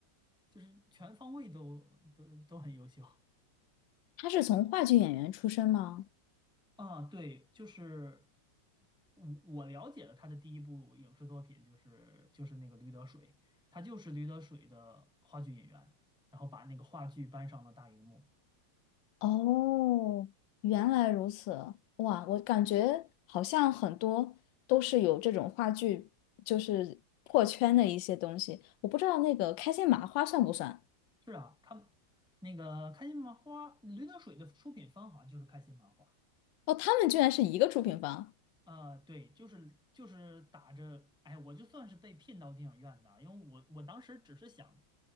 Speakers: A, in the centre; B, on the left.
A: 就是全方位都都都很优秀
B: 她是从话剧演员出身吗？
A: 啊，对，就是我我了解了他的第一部影视作品，就是就是那个驴得水，他就是驴得水的话剧演员，然后把那个话剧搬上了大荧幕。
B: 哦，原来如此，哇，我感觉好像很多都是有这种话剧，就是破圈的一些东西。我不知道那个开心麻花算不算？
A: 是啊，他那个开心麻花，驴得水的出品方好像就是开心麻花。
B: 哦，他们居然是一个出品方，
A: 呃，对，就是就是打着，哎，我就算是被骗到电影院的，因为我我当时只是想